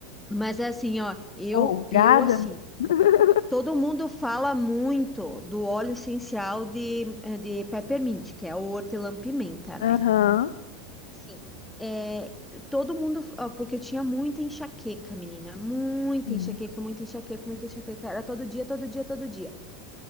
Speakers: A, in the centre; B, on the left.
A: Mas assim, ó, eu
B: folgada.
A: eu assim,
B: <laughs>
A: Todo mundo fala muito do óleo essencial de, eh, de peppermint, que é o hortelã-pimenta, né?
B: Aham,
A: Assim, é, todo mundo, ó, porque eu tinha muita enxaqueca, menina, muita
B: sim.
A: enxaqueca, muita enxaqueca, muita enxaqueca, era todo dia, todo dia, todo dia.